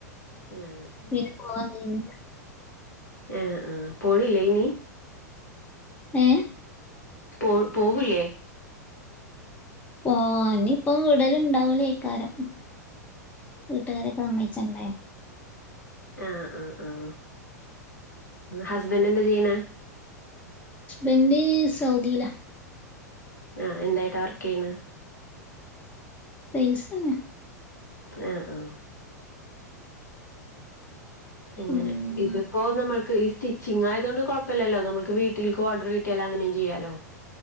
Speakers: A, on the left; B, on the left.
A: ആഹ് ഓക്കെ
B: പിന്നെ പോവാൻ കഴിഞ്ഞില്ല
A: ആ ആ പോണില്ലേ നീ
B: ഏ
A: പോ പോവില്ലേ
B: പോവാൻ ഇനിയിപ്പ വിടലുണ്ടാവില്ലേയ്ക്കാരം വീട്ടുകാരൊക്കെ സമ്മയിച്ചണ്ടേ
A: അ ആ ആ ഹസ്ബൻറ് എന്താ ചെയ്യണ്
B: ഹസ്‌ബൻ്റ് സൗദിയിലാ
A: ആ എന്തായിട്ടാ വർക്ക് ചെയ്യണ്
B: സെയിൽസ് തന്നെ
A: ആ ആ എങ്ങനെ
B: ഉം
A: ഇതിപ്പോ നമ്മൾ ഈ സ്റ്റിച്ചിങ് ആയതു കൊണ്ട് കൊഴപ്പില്ലല്ലോ നമുക്ക് വീട്ടിൽക്ക് ഓർഡർ കിട്ടിയാലും അങ്ങനെയും ചെയ്യാലോ